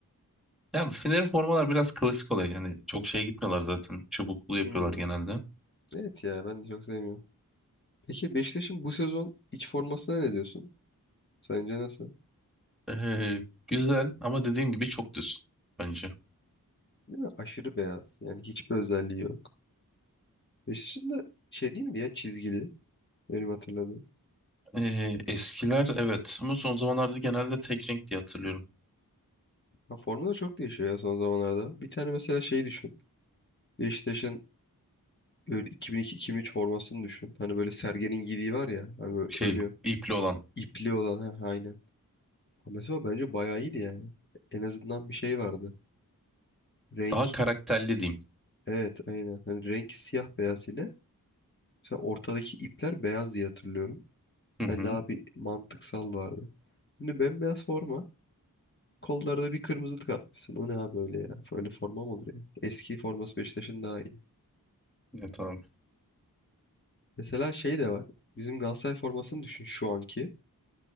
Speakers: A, in the centre; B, on the left.
A: Yani Fener'in formalar biraz klasik oluyor. Yani çok şey gitmiyorlar zaten. Çubuklu yapıyorlar
B: Hmm,
A: genelde.
B: Evet ya ben de çok sevmiyorum. Peki Beşiktaş'ın bu sezon iç formasına ne diyorsun? Sence nasıl?
A: Ee, güzel ama dediğim gibi çok düz bence.
B: Değil mi? Aşırı beyaz. Yani hiçbir özelliği yok. Beşiktaş'ın da şey değil miydi ya çizgili? Benim hatırladığım.
A: Ee, eskiler evet ama son zamanlarda genelde tek renk diye hatırlıyorum.
B: Ha, forma da çok değişiyor ya son zamanlarda. Bir tane mesela şey düşün. Beşiktaş'ın böyle 2002-2003 formasını düşün. Hani böyle Sergen'in giydiği var ya. Hani böyle
A: Şey
B: önü
A: ipli olan.
B: ipli olan. Ha, aynen. Ama Mesela o bence bayağı iyiydi yani. En azından bir şey vardı. Renk
A: Daha karakterli diyeyim.
B: Evet aynen. Hani rengi siyah beyaz yine. Mesela ortadaki ipler beyaz diye hatırlıyorum.
A: Hı hı.
B: Hani daha bir mantıksal vardı. Şimdi bembeyaz forma. Kollarda bir kırmızılık atmışsın. O ne abi öyle ya? Böyle forma mı olur ya? Eski forması Beşiktaş'ın daha iyi.
A: Evet tamam.
B: Mesela şey de var. Bizim Galatasaray formasını düşün şu anki.